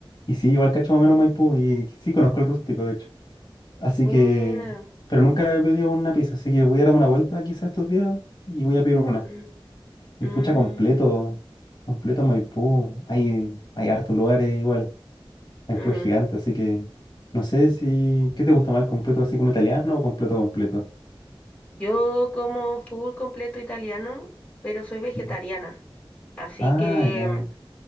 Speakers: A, on the left; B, on the left.
A: y sí, igual cacho
B: Mm,
A: más o menos Maipú y sí, conozco el rústico, de hecho. Así
B: buena.
A: que, pero nunca he pedido una pizza, así que voy a darme una vuelta quizás estos días y voy a pedir una.
B: Mm,
A: Y
B: mm,
A: pucha, completo, completo Maipú. Hay, hay hartos lugares igual. Maipú
B: mm.
A: es gigante, así que no sé si, ¿qué te gusta más, el completo así como italiano o completo completo?
B: Yo como full completo italiano, pero soy vegetariana.
A: Mm.
B: Así
A: Ah,
B: que,
A: ya,
B: mm,